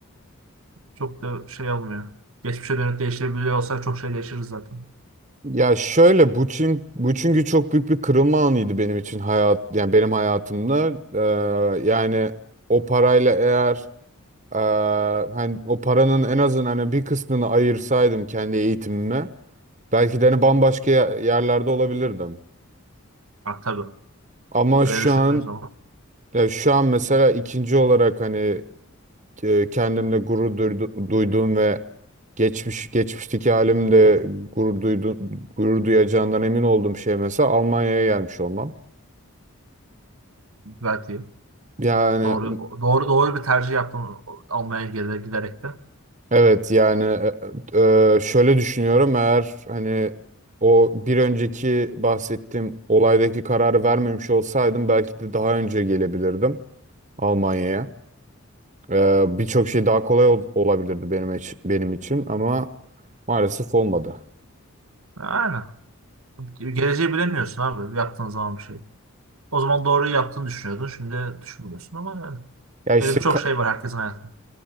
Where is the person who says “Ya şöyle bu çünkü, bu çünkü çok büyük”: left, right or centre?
Right